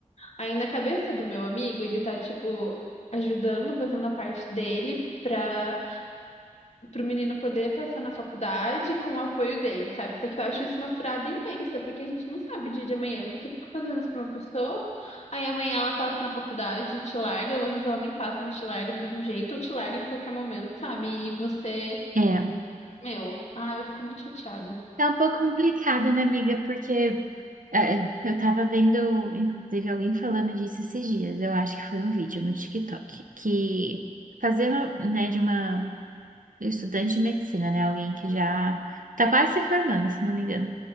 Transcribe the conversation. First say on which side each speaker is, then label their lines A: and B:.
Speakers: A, on the left; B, on the right.
A: Aí na cabeça do meu amigo, ele tá, tipo, ajudando, fazendo a parte dele pra, pro menino poder passar na faculdade com o apoio dele, sabe? Só que eu acho isso uma furada imensa, porque a gente não sabe o dia de amanhã. Você fica fazendo isso pra uma pessoa, aí amanhã ela passa na faculdade e te larga, ou às vezes ela nem passa, mas te larga do mesmo jeito, ou te larga em qualquer momento, sabe? E você,
B: É.
A: meu, ah, eu fico muito chateada.
B: Tá um pouco complicada, né, amiga? Porque É, eu tava vendo, inclusive, alguém falando disso esses dias. Eu acho que foi um vídeo no TikTok que fazer, uma- né, de uma estudante de medicina, né, alguém que já tá quase se formando, se não me engano,